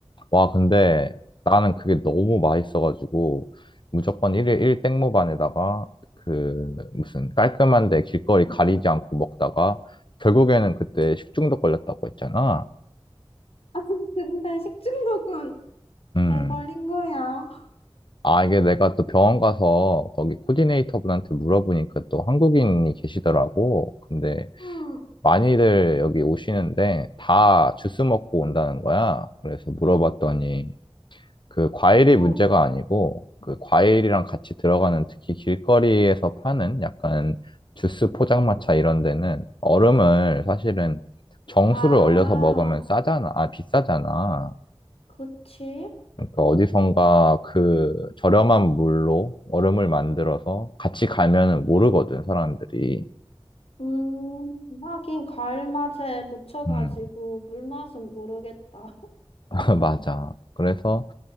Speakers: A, on the left; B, on the left.
A: 와, 근데 나는 그게 너무 맛있어가지고 무조건 일일일 땡모반에다가 그 무슨 깔끔한데 길거리 가리지 않고 먹다가 결국에는 그때 식중독 걸렸다고 했잖아.
B: <laughs> 근데 식중독은
A: 음.
B: 왜 걸린 거야?
A: 아, 이게 내가 또 병원 가서 거기 코디네이터분한테 물어보니까 또 한국인이 계시더라고. 근데
B: 응,
A: 많이들 여기 오시는데 다 주스 먹고 온다는 거야. 그래서 물어봤더니 그 과일이 문제가
B: 응.
A: 아니고 그 과일이랑 같이 들어가는 특히 길거리에서 파는 약간 주스 포장마차 이런 데는 얼음을 사실은 정수를
B: 아,
A: 얼려서 먹으면 싸잖아. 아, 비싸잖아.
B: 그치?
A: 그러니까 어디선가 그 저렴한 물로 얼음을 만들어서 같이 가면은 모르거든, 사람들이.
B: 음, 하긴 과일 맛에 묻혀가지고
A: 음.
B: 물 맛은 모르겠다.
A: <laughs> 맞아. 그래서